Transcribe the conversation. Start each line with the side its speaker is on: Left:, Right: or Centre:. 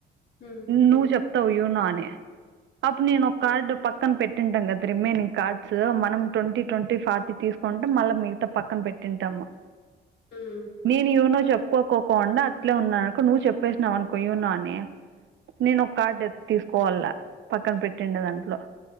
Left: మ్మ్ మ్మ్
Right: నువ్వు జప్పతవు యునో అని అప్పు నే కార్డు పక్కన పెట్టింటాం కదా రిమైనింగ్ కార్డ్స్ మనం ట్వంటీ ట్వంటీ ఫార్టీ తీసుకుంటాం మళ్ళీ మిగతా పక్కన పెట్టింటాము
Left: ఉం
Right: నేను యూనో చెప్పుకోకోండా అట్లే ఉన్నానుకో నువ్వు చెప్పేసినావు అనుకో యూనో అని నేను ఒక కార్డు తీసుకోవాల పక్కన పెట్టిండ దాంట్లో